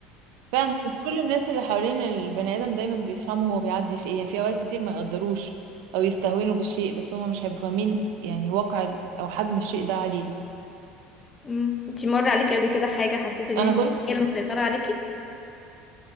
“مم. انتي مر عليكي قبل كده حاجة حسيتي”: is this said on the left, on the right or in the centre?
Left